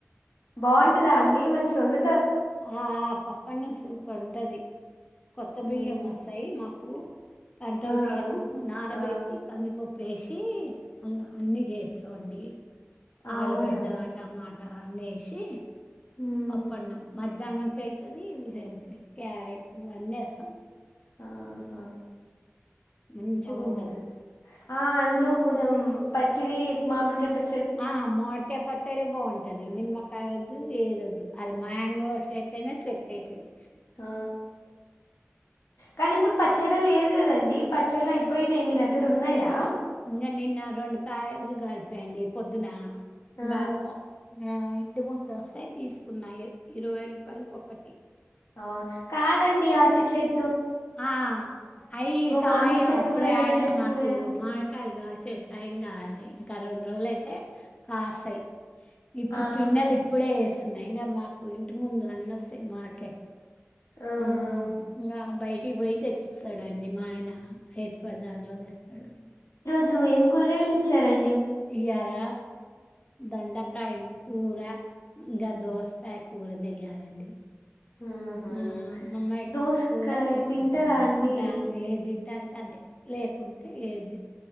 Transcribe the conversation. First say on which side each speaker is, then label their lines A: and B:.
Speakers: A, on the left (about 80°); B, on the left (about 20°).
A: బాగుంటదా అండి మంచిగా ఉండ
B: ఆ పా పన్నం స పడుంట అది కొత్త
A: మ్మ్.
B: బియ్యం వస్తాయి మాకు కంట
A: ఆ,
B: బయ్యం నాాలబటి
A: ఆ,
B: కందిపో వేసి అలా అన్నీ చేస్తామండి
A: అవునా
B: ఆలుగడ్డ టమాట త నసి
A: మ్మ్.
B: పప్ప అనం మధ్యాహ్నంనికి అవుతుది ఉదక అ క్యారెట్ ఇవన్నస్తాం
A: ఆహా
B: మంచిగా
A: అవును
B: ఉంటుంది
A: ఆ అందులో కొంచెం పచ్చడి మామిడికాయ ప
B: ఆ మోడక పచ్చడి బా ఉంటది నిమ్మకాయదు ఏదద్దు అది మ్యాంగో వష అయితేనే సెట్ అయితుది
A: ఆ కానీ ఇప్పుడు పచ్చడి లేదు కదండి అండి పచ్చళ్ అయిపోయినాయి మీ దగ్గర ఉన్నాయా
B: ఇంకా నిన్న రెండు కాయలు కలిపయండి పొద్దున
A: ఆ
B: రాప ఆ ఎ వంద వస్తాయి తీసుకున్నాయి ఇరవై రూపాయలకి ఒకటి
A: అవు కాదండి అరటి చేతి
B: ఆ అయి కాయవ్
A: మామిడి చెట్టు
B: అప్పుడే
A: కూడా పెంచకపోయారు
B: ఆడా మాకు మార్కాయలు కాసే తైంగాల ఇంకా అలా ఉండ ర వాళ్ అయితే కాశై ఇప్పు
A: ఆహా
B: పన్నలు ఇప్పుడే నంగా మాకు ఇంటి ముందు అన్న వస్తాయి మాక
A: ఆహా
B: ఆ ఇకా బయటి టీ పోయి తెచ్చిస్తాడాన్డి మాయన హెట్ బజార్లో తెస్తాడు
A: జు ఏమ్ కూరగాయలు తెచ్చారన్డి
B: ఇయ్యాల దొండకాయ్ కూర ఇన్గా దోస్కాయ కూర చెయ్యాలండి
A: ఉహు
B: ఉమ్ మామ్మయ్కోక
A: దోసకాయ
B: కురా మాకొక
A: తింటారా
B: కూర
A: అండి
B: గామె ఏదింటె అది అదే లేకుంటే ఏది